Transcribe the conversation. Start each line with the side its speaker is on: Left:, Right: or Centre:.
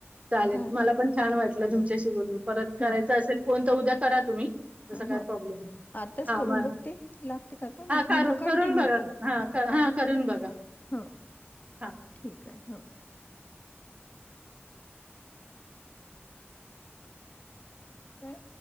Right: चालेल
Left: धा
Right: मला पण- छान वाटलं तुमच्याशी बोलून. परत करायचा
Left: हा
Right: असेल फोन तर उद्या करा तुम्ही. तस काय
Left: हो.
Right: प्रॉब्लेम -
Left: आताच
Right: हा.
Left: करून
Right: म
Left: बघते लागते का आता
Right: हा.
Left: मग
Right: कर
Left: म्हणजे कंटिन्यू
Right: करून बघा.
Left: ठेवू
Right: हा. हा. करून बघा.
Left: हो.
Right: हां.
Left: ठीक आहे. हो. काय?